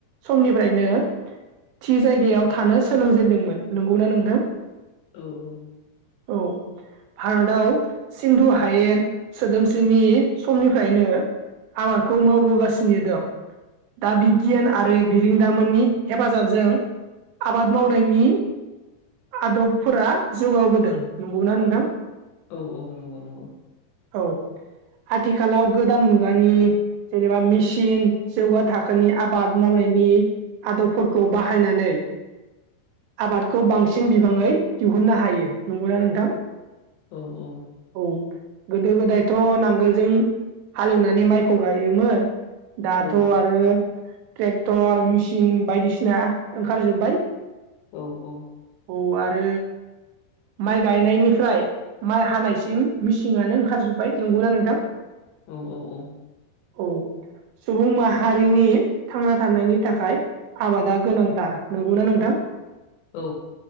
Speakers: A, on the right; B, on the left.
A: समनिफ्रायनो थि जायगायाव थानो सोलोंजेनदोंमोन नंगौना नोंथां
B: औ औ
A: औ भारतआव सिन्धु हायेन सोदोम सिनि समनिफ्रायनो आबादखौ मावबोगासिनो दं दा बिगियान आरो बिरोंदामोननि हेफाजाबजों आबाद मावनायनि आदबफोरा जौगाबोदों नंगौ ना नोंथां
B: औ औ नंगौ नंगौ
A: औ आथिखालाव गोदान मुगानि जेनेबा मेसिन जौगा थाखोनि आबाद मावनायनि आदबफोरखौ बाहायनानै आबादखौ बांसिन सिन बिबाङै दिहुननो हायो नंगौना नोंथां
B: औ औ
A: औ गोदो गोदायथ' नांगोलजों हालेवनानै माइखौ गायोमोन दाथ'
B: औ
A: आरो ट्रेक्टर मेसिन बायदिसिना ओंखारजोब्बाय
B: औ औ
A: औ आरो माइ गायनायनिफ्राय माइ हानायसिम मिसिननानो ओंखारजोबबाय नंगौना नोंथां
B: औ औ औ
A: औ सुबुं माहारिनि थांना थानायनि थाखाय आबादा गोनांथार नंगौना नोंथां
B: औ